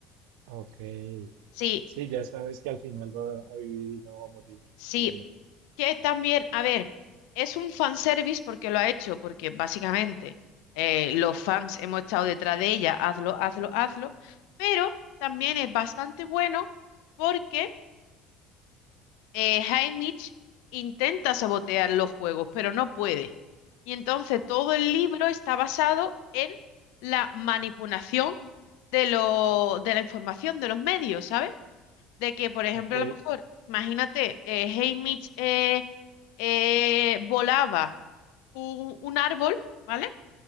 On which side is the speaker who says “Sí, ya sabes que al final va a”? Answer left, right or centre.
Right